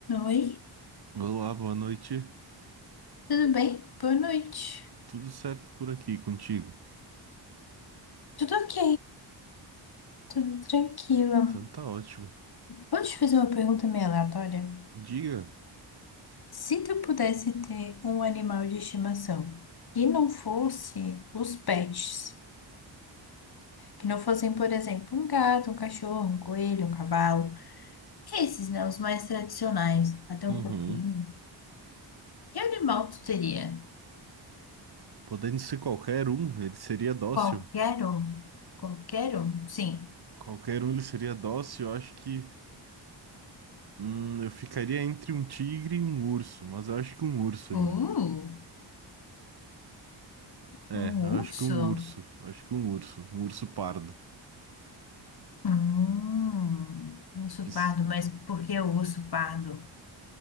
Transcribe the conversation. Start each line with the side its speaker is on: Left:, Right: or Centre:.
Left: Oi,
Right: Olá, boa noite.
Left: tudo bem? Boa noite.
Right: Tudo certo por aqui contigo?
Left: Tudo ok, tudo tranquilo.
Right: Então tá ótimo.
Left: Vou te fazer uma pergunta meio aleatória.
Right: Diga.
Left: Se tu pudesse ter um animal de estimação que não fosse os pets, que não fossem, por exemplo, um gato, um cachorro, um coelho, um cavalo, esses, né, os mais tradicionais, até
Right: Uhum.
Left: um porquinho, que animal tu teria?
Right: Podendo ser qualquer um, ele seria dócil.
Left: Qualquer um? Qualquer um? Sim.
Right: Qualquer um ele seria dócil. Eu acho que hum, eu ficaria entre um tigre e um urso, mas eu acho que um urso ainda.
Left: Uh,
Right: É,
Left: um
Right: eu acho
Left: urso?
Right: que um urso. Eu acho que um urso. Um urso pardo.
Left: Hum, um
Right: Acho
Left: urso
Right: que isso.
Left: pardo, mas por que o urso pardo